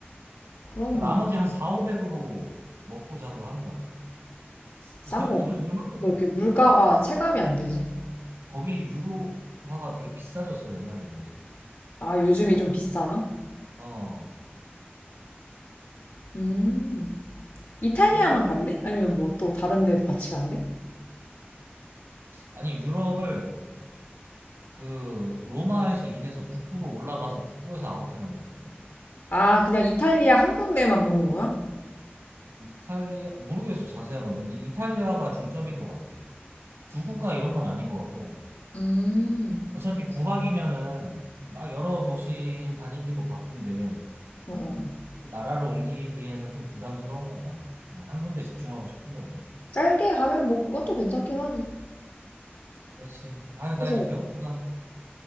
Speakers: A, on the left (about 80°); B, on the right (about 80°).
A: 그럼
B: 그 나머지
A: 뭐,
B: 한 4, 500으로 먹고 자고 하는 거야, 다.
A: 싼
B: 그러니까 그 정도면
A: 건가?
B: 저렴한 거지.
A: 너 이렇게 물가가 체감이 안 되지?
B: 거기 유로화가 되게 비싸졌어, 옛날에 비해서.
A: 아, 요즘이 좀 비싸나?
B: 어.
A: 음. 이탈리아만
B: 뭐, 어쨌든,
A: 간대? 아니면 뭐 또 다른 데도 같이 간대?
B: 아니, 유럽을 그 로마에서 인해서 북부로 올라가서 북부에서 아웃하는 것 같은데?
A: 아, 그냥 이탈리아 한 군데만 보는 거야?
B: 이탈리아 모르겠어 자세한 거는 근데 이탈리아가 중점인 것 같아. 두 국가 이런 건 아닌 것 같고
A: 음.
B: 어차피 구박이면은 막 여러 도시 다니기도 바쁜데
A: 어, 어. 어.
B: 또 나라를 옮기기에는 좀 부담스러운가 봐. 그냥 한 군데 집중하고 싶은가 보지.
A: 짧게 가면 뭐 그것도 괜찮긴 하지.
B: 그렇지. 아유
A: 그래서
B: 나 이제 배고프다.